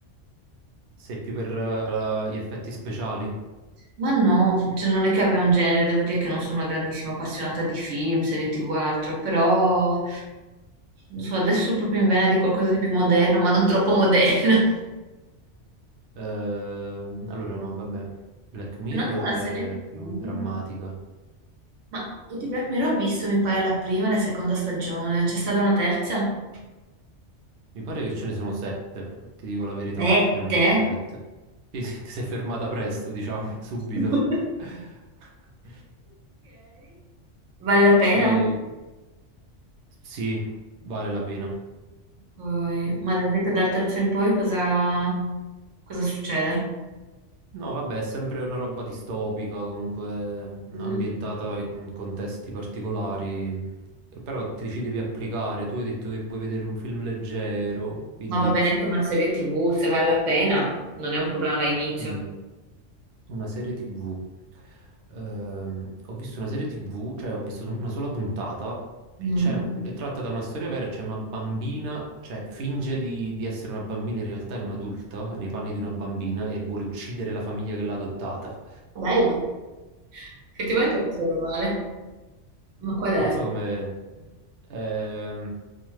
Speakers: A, on the right (about 60°); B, on the right (about 85°).
A: Sei più per eh, gli effetti speciali?
B: Ma no, cioè non è che abbia un genere, devo dire che non sono una grandissima appassionata di film, serie TV o altro, però non so, adesso sono proprio in vena di qualcosa di più moderno, ma non troppo moderno. <laughs>
A: Ehm, allora, no, vabbè. Black Mirror
B: Se no anche una serie TV.
A: è più drammatica.
B: Ma io di Black Mirror ho visto, mi pare, la prima e la seconda stagione. C'è stata una terza?
A: Mi pare che ce ne sono sette, ti dico la verità,
B: Sette?
A: ne hanno fatte sette. Sì, sì, ti sei fermata presto, diciamo, <laughs> subito.
B: Ok,
A: <laughs>
B: vale la pena?
A: E... Sì, vale la pena.
B: Ok, Ma ad esempio dal terzo in poi cosa, cosa succede?
A: No, vabbè, è sempre una roba distopica, comunque
B: Mm.
A: ambientata in contesti particolari. E Però ti ci devi applicare. Tu hai detto che vuoi vedere un film leggero, quindi
B: Ma va bene anche una serie TV, se vale la pena, non è un problema all'inizio.
A: mm, una serie TV. Ehm, ho visto una serie TV, cioè ho visto una sola puntata. C'è
B: Mm.
A: un- è tratta da una storia vera, c'è una bambina, cioè finge di, di essere una bambina, in realtà è un'adulta nei panni di una bambina e vuole uccidere la famiglia che l'ha adottata.
B: Bello, effettivamente non so male. Ma qual è?
A: Non so come... ehm,